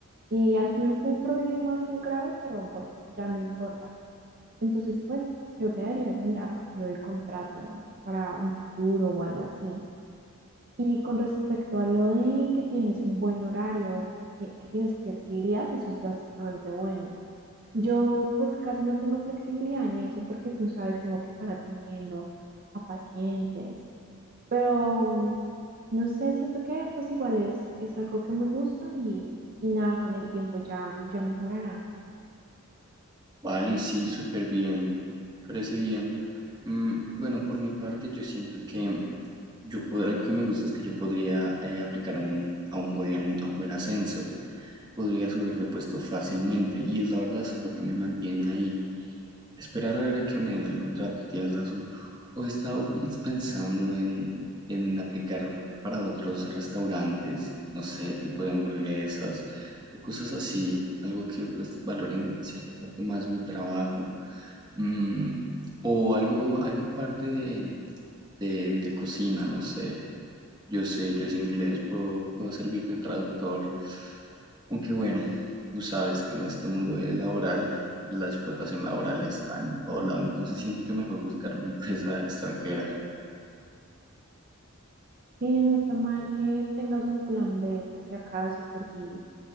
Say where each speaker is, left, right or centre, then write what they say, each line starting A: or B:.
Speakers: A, on the right; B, on the right.
A: y al final fue un problema bien grave, pero bueno, ya no importa. Entonces, pues creo que deberías mirar lo del contrato para un futuro o algo así. Y con respecto a lo de que tienes un buen horario, o que, ti- que tienes flexibilidad, eso es bastante bueno. Yo pues casi no tengo flexibilidad en eso porque tú sabes, tengo que estar atendiendo a pacientes, pero mm, no sé, siento que pues igual es, es algo que me gusta y, y nada, con el tiempo ya, ya mejorará.
B: Vale, sí, súper bien. Parece bien. Mm, bueno, por mi parte, yo siento que yo pod- algo que me gusta es que yo podría eh, aplicar a un, a un buen, a un buen ascenso. podría subir de puesto fácilmente y es la verdad, eso es lo que me mantiene ahí. Esperar a ver a que me den el contrato, tienes razón. O he estado pensando en, en aplicar para otros restaurantes, no sé, tipo de hamburguesas o cosas así, algo que pues valoren cierta parte más mi trabajo. Mm, o algo, algo aparte de, de de cocina, no sé yo sé, yo sé inglés, puedo, puedo servir de traductor, aunque bueno, tú sabes que en este mundo de laboral la explotación laboral está en todo lado, entonces siento que mejor buscar una <laughs> empresa extranjera.
A: Sí, no está mal que tengas un plan B por si acaso, por si